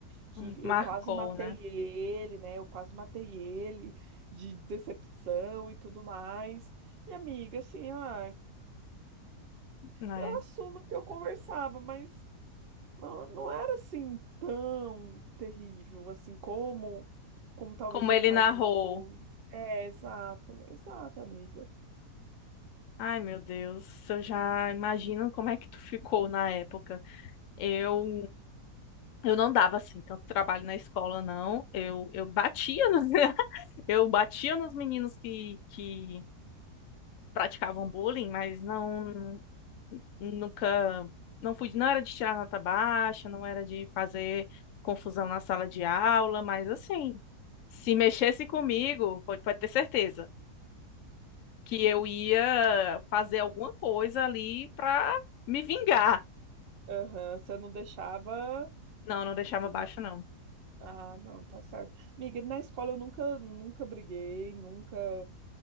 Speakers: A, on the right; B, on the left.
A: que
B: Hum, Marcou,
A: eu quase matei
B: né?
A: ele, né? Eu quase matei ele de decepção e tudo mais. E amiga, assim, ah,
B: É.
A: eu assumo que eu conversava, mas não, não era assim tão terrível assim como como talvez
B: Como
A: ele
B: ele
A: imaginou.
B: narrou.
A: É, exato, exato, amiga.
B: Ai, meu Deus, eu já imagino como é que tu ficou na época. Eu, eu não dava assim tanto trabalho na escola, não. Eu, eu batia nos, <laughs> eu batia nos meninos que, que praticavam bullying, mas não Nunca, não fui, não era de tirar nota baixa, não era de fazer confusão na sala de aula, mas assim, se mexesse comigo, pode, pode ter certeza que eu ia fazer alguma coisa ali pra me vingar.
A: Aham, você não deixava.
B: Não, não deixava
A: você-
B: baixo, não.
A: Ah, não, tá certo. Amiga, na escola eu nunca, nunca briguei, nunca.